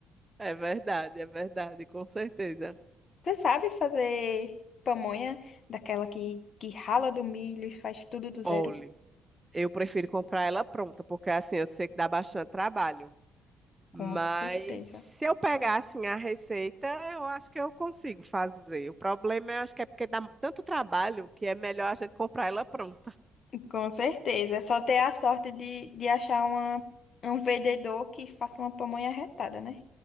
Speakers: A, on the right (about 20°); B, on the left (about 50°).
A: É verdade, é verdade, com certeza.
B: Você sabe fazer pamonha daquela que, que rala do milho e faz tudo do zero?
A: Olhe, eu prefiro comprar ela pronta, porque assim eu sei que dá bastante trabalho. Mas
B: Com certeza.
A: se eu pegar assim a receita, eu acho que eu consigo fazer. O problema eu acho que é porque dá tanto trabalho que é melhor a gente comprar ela pronta.
B: Com certeza. É só ter a sorte de, de achar uma, um vendedor que faça uma pamonha retada, né?